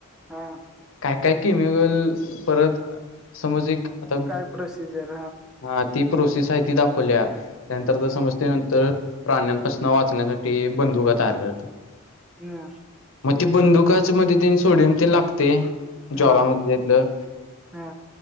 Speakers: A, in the centre; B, on the left.
A: हा
B: काय काय केमिगल परत समज एक आता
A: काय प्रोसिजर
B: हा ती प्रोसेस हाय ती दाखवल्या तनंतर समजते नंतर प्राण्यांपसन वाचण्यासाटी बंदुका तयार करतात
A: ह
B: मग ते बंदुकाच मध्ये ते सोडन ते लागते ज्वालामुख
A: हा
B: घेतलं
A: हा